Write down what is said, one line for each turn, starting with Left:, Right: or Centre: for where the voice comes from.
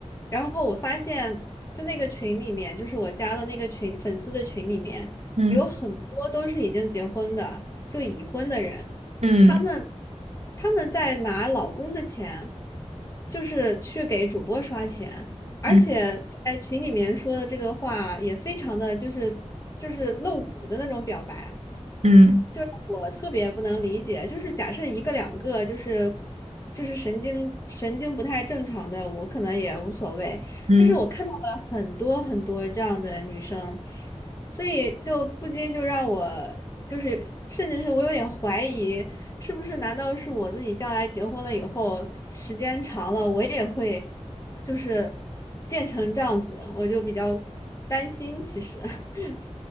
Left: 然后我发现就那个群里面，就是我加的那个群粉丝的群里面，
Right: 嗯
Left: 有很多都是已经结婚的，就已婚的人，
Right: 嗯
Left: 他们他们在拿老公的钱，就是去给主播刷钱。而且在群里面说的这个话也非常的就是就是露骨的那种表白，
Right: 嗯嗯
Left: 就是我特别不能理解，就是假设一个两个就是就是神经神经不太正常的，我可能也无所谓，
Right: 嗯
Left: 但是我看到了很多很多这样的女生，所以就不禁就让我就是。甚至是我有点怀疑，是不是难道是我自己将来结婚了以后，时间长了，我也会就是变成这样子，我就比较担心。其实，<laughs>